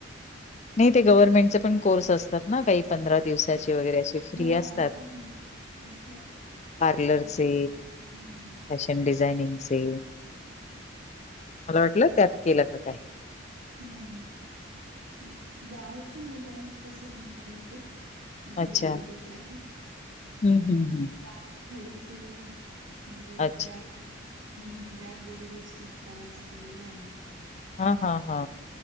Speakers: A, on the left; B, on the right.
A: नाही ते गव्हर्नमेंटचे पण कोर्स असतात ना काही पंधरा दिवस वरे फ्री
B: हो
A: असतात
B: ना असतात
A: पार्लर
B: पण हम्म,
A: चे अशे नी डिझायनिंग चे मला वाटलं त्यात केलं का काय
B: नाही नाही ते गावात पण येत तसे आमच्या भरपूर अे
A: अच्छा.
B: वेगवेगळे क्लासेस
A: हं, हं,
B: गावात
A: हं.
B: थोडीच केलेली म्हणजे
A: अच्छा.
B: बॅग हम्म बॅग वगैरे स्टिच करायचं केलेलं आहे
A: हा हा हा